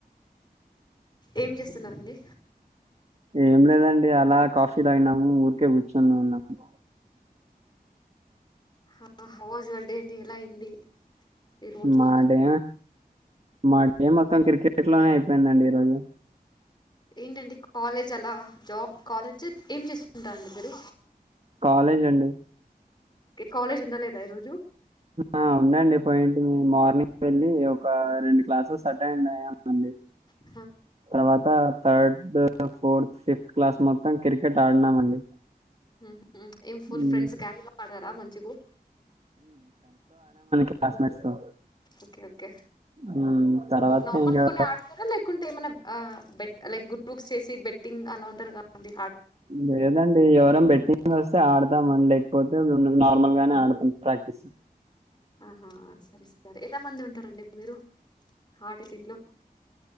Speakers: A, on the left; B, on the right.
A: ఏం చేస్తున్నారండి
B: ఏం లేదండి అలా కాఫీ తాగినాము ఊరికే కూర్చొని ఉన్నాము
A: ఆ హౌ వాజ్ యువర్డే అండి ఎలా అయింది ఈ రోజు
B: మా డే మా డే మొత్తం క్రికెట్ లోనే అయి ఏందండి ఈ రోజు
A: ఏంటండి కాలేజ్ అలా జాబ్ కాలేజ్ ఏం చేసుకుంటారండి మీరు
B: కాలేజ్ అండి
A: కాలేజ్ ఉండ లేదా ఈ రోజు
B: ఆ ఉందండి పోయింటిమి మార్నింగ్ వెళ్ళి ఒక రెండు క్లాసెస్ అటెండ్ అయ్యా అండి
A: ఆహా,
B: తర్వాత థర్డ్ ఫోర్త్ ఫిఫ్త్ క్లాస్ మొత్తం క్రికెట్ ఆడినామండి
A: ఊహూ ఏం ఫుల్
B: మ్మ్.
A: ఫ్రెండ్స్ గ్యాంగ్ గా ఆడారా మంచిగు
B: క్లాస్ మేట్స్ తో
A: ఓకే ఓకే
B: మ్మ్, తర్వాత
A: నార్మల్
B: ఇంకా
A: కొన్ని ఆడతారా లే కుంటే ఏమన్నా ఆ బెట్ లైక్ గ్రూప్స్ చేసి బెట్టింగ్ అలా ఉంటరు కాండి
B: లేదండి ఎవరం బెట్టింగ్ వస్తే ఆడతాం అండి క పోతే నార్మల్ గానే ఆడతాం ప్రాక్టీస్
A: ఆహా సరే సార్ ఎంత మంది ఉంటారండి మీరు ఆడే దీంట్లో